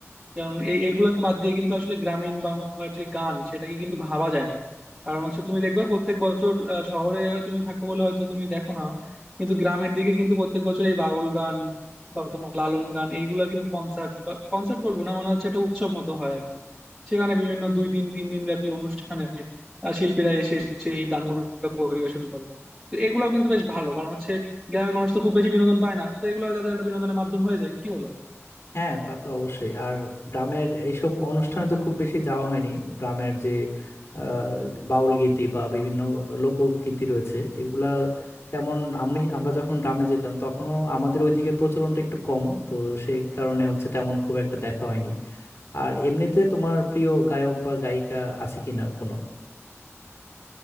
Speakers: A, in the centre; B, on the left.
A: কারণ এ- এগুলাকে বাদ দিয়ে কিন্তু আসলে গ্রামীণ বাংলার যে গান সেটাকে কিন্তু ভাবা যায় না কারণ হচ্ছে তুমি দেখবা প্রত্যেক বছর আহ, শহরে তুমি থাকো বলে হয়তো তুমি দেখো না কিন্তু গ্রামের দিকে কিন্তু প্রত্যেক বছর এই বাউল গান বা তোমার লালন গান এইগুলার কিন্তু কনসার্ট বা কনসার্ট বলবো না মানে হচ্ছে একটা উৎসব মতো হয় আর কি সেখানে বিভিন্ন দুই দিন তিন দিন ব্যাপী অনুষ্ঠানে আহ, শিল্পীরা এসে সেই গানগুলো পরিবেশন করেন তো এগুলাও কিন্তু বেশ ভালো কারণ হচ্ছে গ্রামের মানুষ তো খুব বেশি বিনোদন পায় না তো এগুলো তাদের একটা বিনোদনের মাধ্যম হয়ে যায় কি বলো
B: হ্যাঁ তা তো অবশ্যই আর গ্রামের এইসব অনুষ্ঠানে তো খুব বেশি যাওয়া হয়নি গ্রামের যে আহ, বাউল গীতি বা বিভিন্ন লোকগীতি রয়েছে এগুলা তেমন আমি আমরা যখন গ্রামে যেতাম তখনও আমাদের ওইদিকে প্রচলনটা একটু কম তো সেই কারণে হচ্ছে তেমন খুব একটা দেখা হয়নি আর এমনিতে তোমার প্রিয় গায়ক বা গায়িকা আছে কিনা কোনো